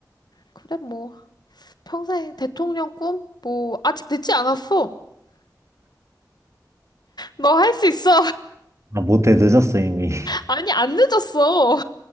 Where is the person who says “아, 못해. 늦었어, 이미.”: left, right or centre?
Right